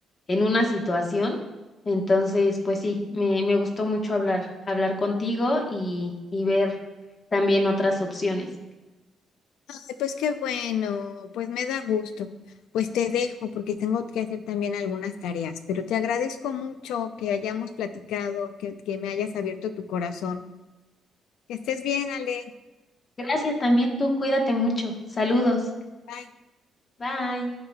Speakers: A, on the left; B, on the left.
A: en una situación. Entonces, pues sí, me, me gustó mucho hablar, hablar contigo y, y ver también otras opciones.
B: Ay, Pues qué bueno, pues me da gusto. Pues te dejo porque tengo que hacer también algunas tareas, pero te agradezco mucho que hayamos platicado, que, que me hayas abierto tu corazón. Que estés bien, Ale.
A: Gracias también tú, cuídate mucho. Saludos.
B: Bye.
A: Bye.